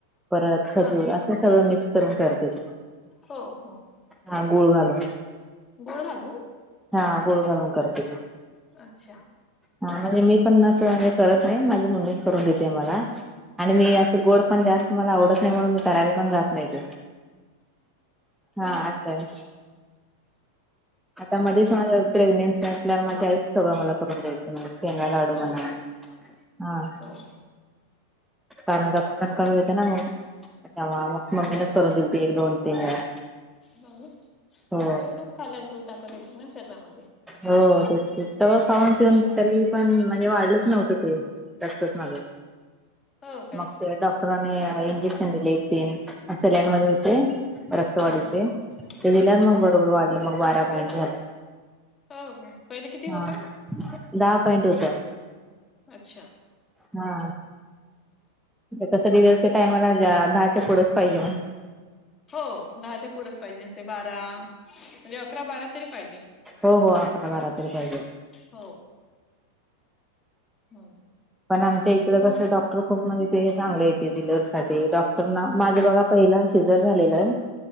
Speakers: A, in the centre; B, on the left.
A: परत
B: हा
A: खजूर
B: हा
A: असं सगळं मिक्स करून करते.
B: हो हो.
A: हा गुळ घालून.
B: गूळ घालून.
A: हा गुळ घालून करते ती.
B: अच्छा.
A: हा म्हणजे मी पण असं म्हणजे करत नाही माझी मम्मीच करून देते मला. आणि मी
B: अच्छा
A: असं गोड पण जास्त मला आवडत नाही म्हणून मी करायला पण जात नाही ते.
B: हो.
A: हा असं आहे आता
B: ना.
A: मध्येच माझ प्रेग्नेन्सी असल्यावर मगच सगळं मला करून द्यायचं म्हणजे शेंगा लाडू
B: हो
A: म्हणा.
B: हो
A: हा
B: हो.
A: कारण रक्त कमी होत ना मग तेव्हा मग ममी
B: बरोबर
A: नच करून
B: आहे
A: दिलती. एक दोन तीन वेळा.
B: हो ते
A: हो
B: तेच तेच खाल्यामुळे ताकद येते ना शरीरामध्ये.
A: हो तेच सगळ खाऊन पिऊन तरी पण म्हणजे वाढलंच नव्हतं ते. रक्तच माझं.
B: हो काय
A: मग ते डॉक्टरने इंजेक्शन दिले एक तीन सलाईन मध्ये होते. रक्तवाढीचे
B: हा हा हा
A: ते दिल्यामुळ
B: हा
A: मग
B: हा
A: बरोबर वाढलं मग बारा पॉईट झालं.
B: हो का पहिले किती
A: हा
B: होतंय.
A: दहा पॉइंट होत.
B: अच्छा.
A: हा. कसं डिलेवारीच्या टाइमाला दहाच्या पुढेच पाहिजे म्हणे.
B: हो दहाच्या पुढेच पाहिजे असते बारा म्हणजे अकरा बारा तरी पाहिजे.
A: हो हो हो अकरा बारा तरी पाहिजे.
B: हो. हो.
A: पण आमच्या इकड कसं डॉक्टर खूप म्हणजे ते चांगले आहेत डीलीव्हीरीसाठी डॉक्टर ना माझं बघा. पहिला सिजर झालेल आहे.